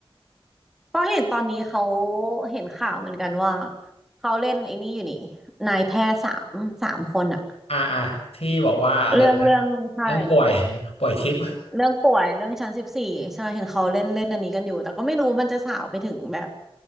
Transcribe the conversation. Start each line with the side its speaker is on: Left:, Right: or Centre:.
Centre: ก็เห็นตอนนี้เขาเห็นข่าวเหมือนกันว่าเขาเล่นไอ้นี่อยู่นี่นายแพทย์สามสามคนอะ
Left: อ่ะที่บอกว่าอะไรนะ
Centre: เรื่องเรื่องใช่
Left: เรื่องป่วย <laughs> ป่วยทิพย์
Centre: เรื่องป่วยเรื่องชั้นสิบสี่ใช่เห็นเขาเล่นเล่นอันนี้กันอยู่แต่ก็ไม่รู้มันจะสาวไปถึงแบบ